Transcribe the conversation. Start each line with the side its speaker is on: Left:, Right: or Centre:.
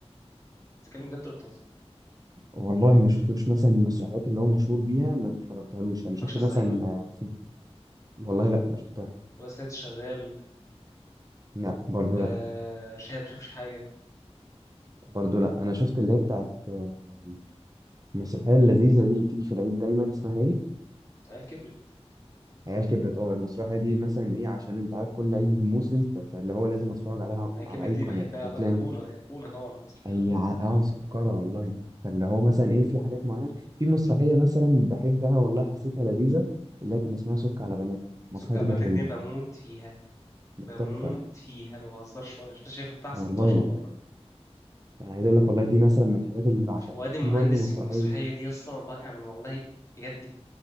Left: بتتكلم بجد ولا بتهزر
Right: والله ما شفتلوش مثلا المسرحيات اللي هو مشهور بيها ما اتفرجتهالوش يعني
Left: ما اتفرجش
Right: شفت
Left: على
Right: مثلا
Left: الزعيم
Right: آه، والله لا ما شفتها
Left: ولا سيد الشغال
Right: لا برضو
Left: آه
Right: لا
Left: شاهد ما شافش حاجه
Right: برضو لا انا شفت اللي هي بتاعت آه، المسرحيه اللذيذه دي اللي بتيجي في العيد دايما اسمها ايه
Left: عيال كبرت
Right: عيال كبرت اه المسرحيه دي مثلا ايه عشان انت عارف كل عيد موسم ف- فاللي هو لازم اتفرج عليها
Left: عيال
Right: على
Left: كبرت
Right: اي
Left: دي
Right: قناه
Left: بحبها
Right: انت بتلاقي
Left: بقى ايقونه ايقونه طبعا في مصر الحلوه
Right: اي
Left: دي
Right: ع- اه سكره والله فاللي هو مثلا ايه في حاجات معينه في مسرحيه مثلا بحبها والله حسيتها لذيذه اللي هي كان اسمها سك على بناتك المسرحيه
Left: سكر عمالتك
Right: دي كانت لذيذه
Left: دي بموت فيها بموت
Right: تحفه
Left: فيها ما بهزرش وانا مش شايف بتاع 16
Right: والله
Left: مره
Right: انا عايز اقول لك والله دي مثلا من الحاجات اللي بعشقها
Left: فؤاد المهندس
Right: في برضه مسرحيه
Left: في المسرحية دي أصلا ب- أنا والله بجد <laughs> ب-